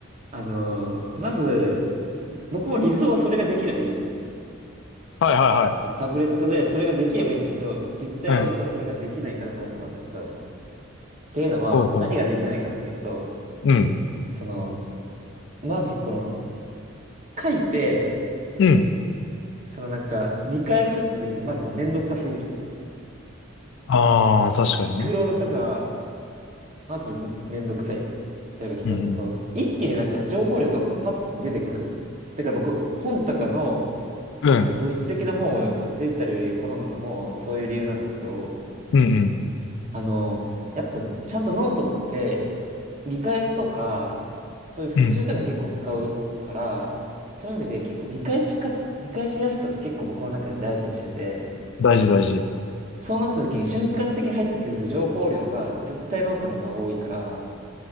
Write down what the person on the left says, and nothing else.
はいは
いはい。うん。
ほうほ
う。うん。
うん。
ああ、確かにね。
うんうん。
うん。
うん
うん。うん。
大事大事。